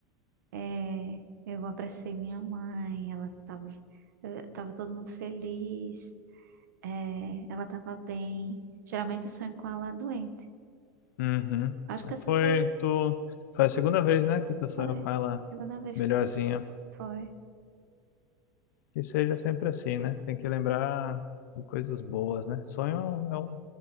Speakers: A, on the right; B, on the left.
A: é, eu abracei minha mãe, ela tava, eu- tava todo mundo feliz, é, ela tava bem. Geralmente eu sonho com ela doente.
B: Uhum.
A: Acho que essa
B: Foi
A: foi,
B: tu, foi a segunda vez, né, que tu sonhou
A: foi
B: com ela
A: a segunda vez
B: melhorzinha.
A: que eu, foi.
B: Que seja sempre assim, né? Tem que lembrar de coisas boas, né? Sonho é um, é um-